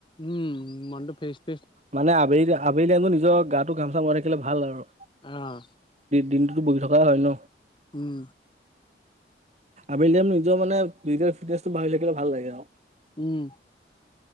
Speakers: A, on the left; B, on the right.
A: উম মনটো ফেচ
B: মানে আবেলি আবেলি টাইমত নিজৰ গাটো ঘাম চাম থাকিলে ভাল আৰু।
A: আহ।
B: দিনটোতো বহি থকা হয় ন।
A: উম
B: আবেলি নিজৰ মানে ফিজিকেল ফিটনেচটো বাঢ়ি থাকিলে ভাল লাগে আৰু।
A: উম।